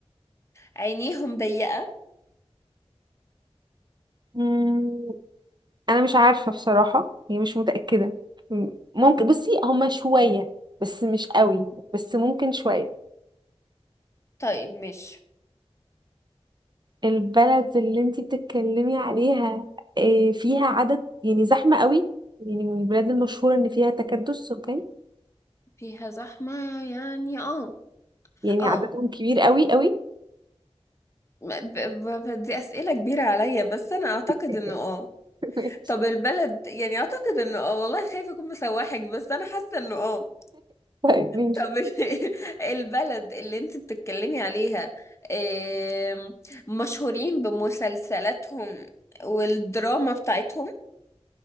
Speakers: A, on the left (about 25°); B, on the right (about 45°).
A: عينيهم ضيقة
B: مم، انا مش عارفة بصراحة يعني مش متأكدة مم، ممكن بصي هما شوية بس مش قوي بس ممكن شوية
A: طيب مش
B: البلد اللي انتي بتتكلمي عليها آه، فيها عدد يعني زحمة قوي يعني من البلاد المشهورة ان فيها تكدس سكان
A: فيها زحمة يعني اه
B: يعني
A: اه
B: عددهم كبير قوي قوي
A: ب- ب- ب- دي أسئلة كبيرة عليا بس أنا أعتقد
B: <laughs>
A: إنه اه
B: ماشي.
A: طب البلد يعني أعتقد إنه اه والله خايفة أكون مسوحك بس أنا حاسة إنه اه
B: طيب ماشي
A: طب ال- <laughs> البلد اللي انت بتتكلمي عليها أم، مشهورين بمسلسلاتهم والدراما بتاعتهم